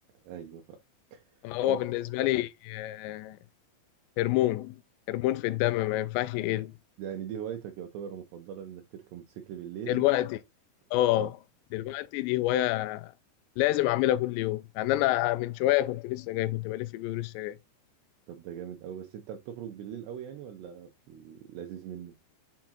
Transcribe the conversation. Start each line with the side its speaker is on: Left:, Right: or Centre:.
Right: ايوه ف
Left: هو
Right: طب
Left: بالنسبة لي آه، هرمون هرمون في الدم ما ينفعش يقل
Right: يعني دي هوايتك يعتبر المفضلة انك تركب موتوسيكل بالليل
Left: دلوقتي اه
Right: اه
Left: دلوقتي دي هواية لازم أعملها كل يوم يعني أنا من شوية كنت لسه جاي كنت بلف بيه ولسه جاي
Right: طب ده جامد قوي بس انت بتخرج بالليل قوي يعني ولا في اللذيذ منه